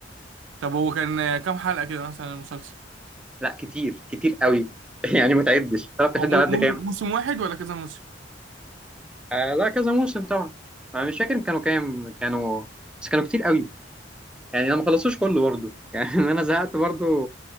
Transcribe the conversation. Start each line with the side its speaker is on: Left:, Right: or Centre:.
Right: طب هو كان كام حلقه كده مثلا المسلسل
Centre: لا كتير كتير قوي <laughs> يعني ما تعدش تعرف تحد
Right: هو مو-
Centre: على
Right: مو-
Centre: قد كام
Right: موسم واحد ولا كذا موسم
Centre: آه، لا كذا موسم طبعا انا مش فاكر كانوا كام كانوا بس كانوا كتير قوي يعني انا ما خلصتوش كله برضه <laughs> يعني انا زهقت برضه